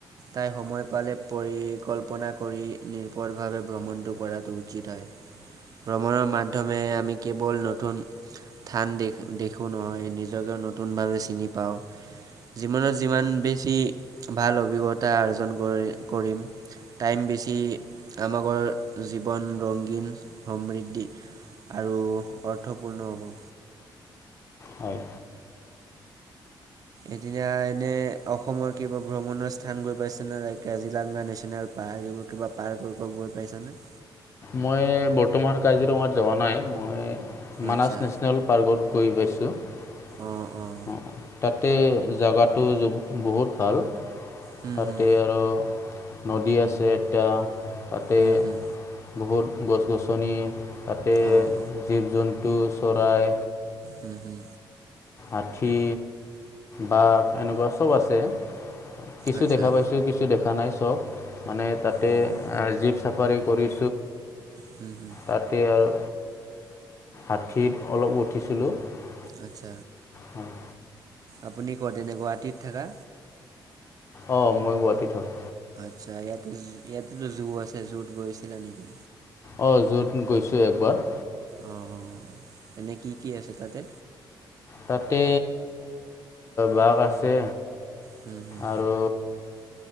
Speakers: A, on the right; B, on the left.
A: তাই সময় পালে পৰিকল্পনা <unintelligible> কৰি নিৰ্ভৰভাৱে ভ্ৰমণটো কৰাটো উচিত হয় ভ্ৰমণৰ মাধ্যমে আমি কেৱল নতুন স্থান দেখো নহয় নিজকে নতুনভাৱে চিনি পাওঁ জীৱনত যিমান বেছি ভাল অভিজ্ঞতা অৰ্জন কৰি কৰিম টাইম বেছি আমাকৰ জীৱন ৰগীন সমৃদ্ধি <unintelligible> আৰু অৰ্থপূৰ্ণ হ'ব
B: হয়
A: এদিনা এনে অসমৰ কিবা ভ্ৰমণৰ স্থান গৈ পাইছে ন কাজিলাংগা নেশচনেল পাৰ্ক <unintelligible> পাৰ এইবোৰ কিবা পাৰ্ক কৰিব গৈ পাইছানে
B: মই বৰ্তমান কাজিৰঙাত যোৱা নাই মই মানাছ
A: আচ্ছা
B: নেশ্যনেল পাৰ্কত গৈ পাইছোঁ অ
A: অঁ অঁ
B: তাত <unintelligible> তাতে জেগাটো বহুত ভাল
A: হুম
B: তাতে
A: হুম
B: আৰু নদী আছে এতিয়া তাতে
A: হুম হুম
B: বহুত গছ গছনি <unintelligible> তাতে
A: অঁ
B: জীৱ জন্তু চৰাই
A: উম হম
B: আঠি বাঘ এনেকুৱা চব আছে <unintelligible> কিছু
A: আচ্ছা
B: দেখা পাইছোঁ কিছু দেখা নাই চব মানে তাতে
A: অঁ
B: জীপ চাফাৰী কৰি
A: হুম হুম
B: তাতে আৰু আঠী অলপ উঠিছিলোঁ <unintelligible>
A: আত্ছা <unintelligible>
B: হয়
A: আপুনি ক'ত এনে গুৱাহাটীত থকা।
B: অ মই গুৱাহাটীত থাকো।
A: আচ্ছা ইয়াতে ইয়াতেতো জু আছে জুত গৈছিলা নেকি।
B: অ জুত গৈছো একবাৰ
A: অঁ এনেই কি কি আছে তাতে।
B: তাতে বাঘ আছে
A: হুম হুম
B: আৰু